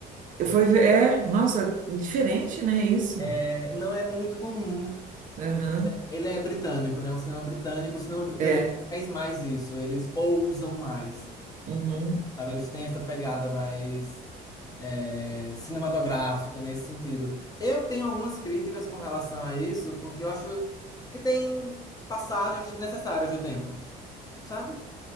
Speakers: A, on the right (about 50°); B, on the left (about 20°).
A: Eu fui ver- é, nossa, diferente, né, isso?
B: É, não é muito comum,
A: Aham,
B: mas é- ele é britânico, né? Um cinema britânico. O cinema britânico
A: é,
B: faz mais isso. Eles ousam mais.
A: uhum,
B: sabe? Eles têm essa pegada mais é, cinematográfica nesse sentido. Eu tenho algumas críticas com relação a isso, porque eu acho que tem passagens desnecessárias do tempo, sabe?